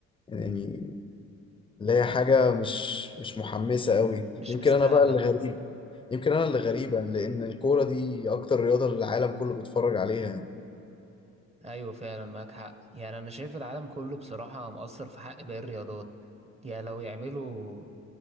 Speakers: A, on the left; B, on the right.
A: يعني اللي هي حاجه مش مش محمسه قوي
B: مش
A: يمكن
B: مستاهلة
A: انا بقى اللي غريب يمكن انا اللي غريب لان الكوره دي اكتر رياضه العالم كله بيتفرج عليها يعني
B: ايوه فعلا معاك حق يعني انا شايف العالم كله بصراحة مقصر في حق باقي الرياضات يعني لو يعملوا